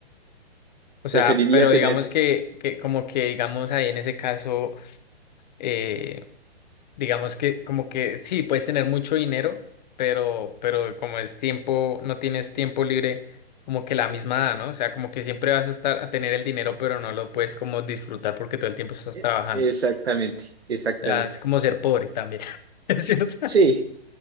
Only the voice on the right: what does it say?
preferiría
tener...
eh,
Exactamente, exactamente.
Sí,